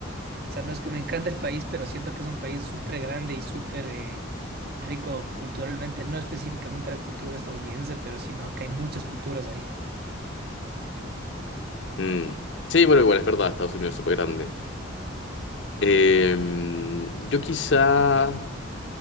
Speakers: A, on the right (about 50°); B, on the left (about 65°).
A: O sea, no es que me encante el país, pero siento que es un país súper grande y súper eh, rico culturalmente. No específicamente la cultura estadounidense, pero sino que hay muchas culturas ahí.
B: mm. Sí, bueno, igual es verdad, Estados Unidos es súper grande. Eh, yo quizá,